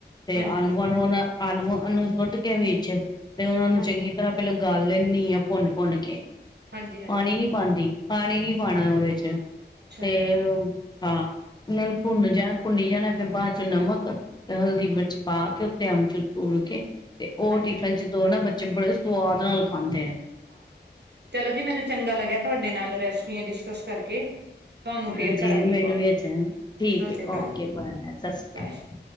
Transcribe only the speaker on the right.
ਹਾਂਜੀ
ਹਾਂਜੀ
ਹਾਂਜੀ ਹਾਂਜੀ
ਅੱਛਾ
ਜੀ
ਹਾਂਜੀ
ਹਾਂ ਚਲੋ ਜੀ, ਮੈਨੂੰ ਚੰਗਾ ਲੱਗਿਆ ਤੁਆਡੇ ਨਾਲ ਰੈਸਪੀਆਂ ਡਿਸਕਸ ਕਰਕੇ। ਤੁਆਨੂੰ
ਫੇਰ ਕਰਾਂਗੇ
ਕੋਲ,
ਸਾਸਰੀ
ਕਾਲ
ਜੀ,
ਬਾਏ।